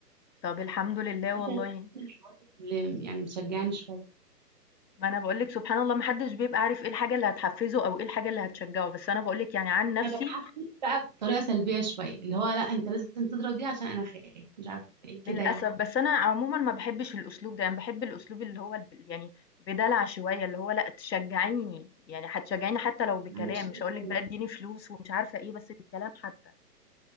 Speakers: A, on the left (about 85°); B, on the right (about 25°).
A: طب الحمد لله
B: ده
A: والله.
B: كانت من الحوارات اللي يعني مشجعني شويه
A: ما أنا باقول لِك سبحان الله ما حدش بيبقى عارف إيه الحاجة اللي هتحفزه أو إيه الحاجة اللي هتشجعه، بس أنا باقول لِك يعني عن نفسي
B: انا بتحفز بقى بطريقه سلبيه شويه اللي هو لا انت لازم تضرب دي عشان انا خايف مش عارفه ايه كده
A: للأسف،
B: يعني
A: بس أنا عمومًا ما باحبّش الأسلوب ده، أنا باحب الأسلوب اللي هو الب يعني بدلع شوية، اللي هو لأ تشجّعيني، يعني هتشجّعيني حتى لو بكلام،
B: انا مش كده
A: مش هاقول
B: خالص
A: لِك بقى ادّيني فلوس ومش عارفة إيه، بس بالكلام حتى.